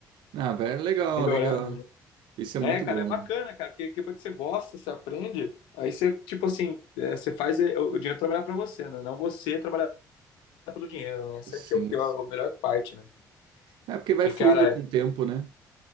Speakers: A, on the right; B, on the left.
A: Ah, velho, legal,
B: Melhorando,
A: legal.
B: né?
A: Isso
B: É,
A: é muito
B: cara,
A: bom.
B: é bacana, cara, porque depois que você gosta, você aprende, aí você, tipo assim, é, você faz é, o dinheiro trabalhar pra você, né? Não você trabalhar pelo dinheiro, né? Essa
A: Sim.
B: aqui é o pior, a melhor parte, né?
A: É porque vai
B: Que,
A: fluindo
B: cara,
A: com
B: é
A: o tempo, né?